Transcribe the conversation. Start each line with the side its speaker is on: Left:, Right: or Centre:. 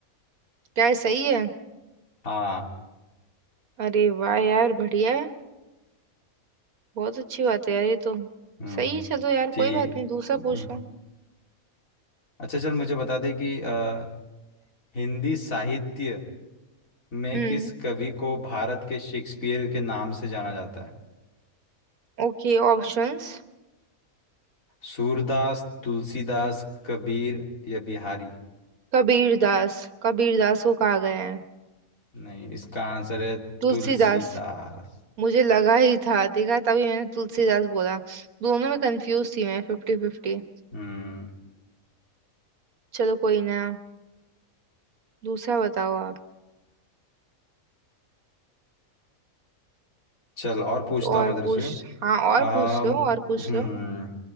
Right: क्या ये सही है
Left: हाँ
Right: अरे वाह यार बढ़िया है बहुत अच्छी बात है यार ये तो
Left: हम्म
Right: सही है चलो यार
Left: ठीक
Right: कोई बात नहीं दूसरा
Left: हम्म,
Right: पूछो
Left: अच्छा चल मुझे बता दे कि अ, हिंदी साहित्य में
Right: Hmm
Left: किस कवि को भारत के शेक्सपियर के नाम से जाना जाता है
Right: Okay options
Left: सूरदास तुलसीदास कबीर या बिहारी
Right: Kabir Das Kabir Das को कहा गया है
Left: नहीं इसका आंसर है
Right: तुलसीदास
Left: तुलसीदास
Right: मुझे लगा ही था देखा तभी मैंने तुलसीदास बोला दोनों में कंफ्यूज थी मैं फिफ्टी फिफ्टी
Left: हम्म
Right: चलो कोई ना दूसरा बताओ आप
Left: चल और
Right: कुछ
Left: पूछता
Right: और
Left: हूँ मैं तेरे
Right: पूछ
Left: से
Right: हाँ
Left: अम,
Right: और पूछ लो और पूछ
Left: हम्म
Right: लो